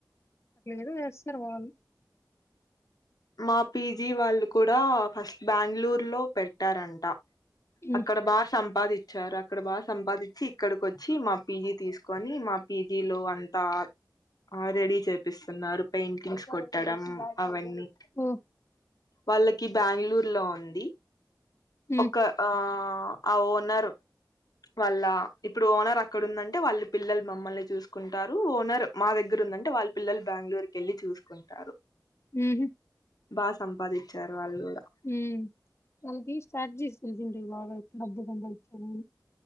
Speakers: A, on the left; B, on the left.
A: అట్లా ఏదో చేస్తారు వాళ్ళు
B: మా పీజీ వాళ్ళు కూడా ఫస్ట్ బెంగళూరు లో పెట్టారంట
A: హ్మ్
B: అక్కడ బాగా సంపాది చ్చారు అక్కడ బాగా సంపాదించి ఇక్కడికి వచ్చి మా పీజీ తీసుకొని మా పీజీలో అంతా ఆ రెడీ చేపిస్తున్నారు పెయింటింగ్స్ కొట్టడం అవన్నీ
A: ఓ
B: వాళ్ళకి బెంగళూరు లో ఉంది
A: హ్మ్
B: ఒక ఆ అ ఓనరు వాళ్ళ ఇప్పుడు ఓనర్ అక్కడ ఉందంటే వాళ్ళు పిల్లలు మమ్మల్ని చూసుకుంటారు. ఓనర్ మా దగ్గర ఉందంటే వాళ్ళ పిల్లలు బెంగళూరు కి వెళ్ళి చూసుకుంటారు.
A: ఉహు
B: బా సంపాదించారు వాళ్ళు కూడా
A: మ్ తనది స్టార్ట్ చేస్తుంది ఇది ఇంటికి బాగుంది మబ్బుగా సంబదించారు